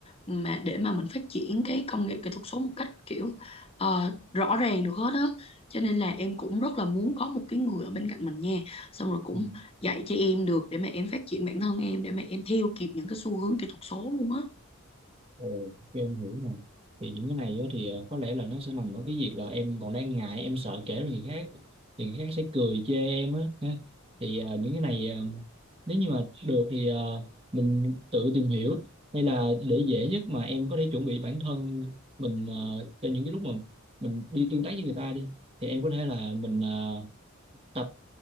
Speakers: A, on the left; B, on the right.
A: mà để mà mình phát triển cái công nghệ kỹ thuật số một cách kiểu ờ, rõ ràng được hết á cho nên là em cũng rất là muốn có một cái người ở bên cạnh mình nha xong rồi cũng
B: ừ.
A: dạy cho em được để mà em phát triển bản thân em để mà em theo kịp những cái xu hướng kỹ thuật số luôn á
B: Ồ, ok, em hiểu rồi. Thì những cái này á thì ờ, có lẽ là nó sẽ nằm ở cái việc là em còn đang ngại, em sợ kể cho người khác. Thì người khác sẽ cười chê em á. ha. Thì ờ, những cái này ờ, nếu như mà được thì ờ, mình tự tìm hiểu. Hay là để dễ nhất mà em có thể chuẩn bị bản thân mình ờ, cho những cái lúc mà mình đi tương tác với người ta đi. Thì em có thể là mình ờ, tập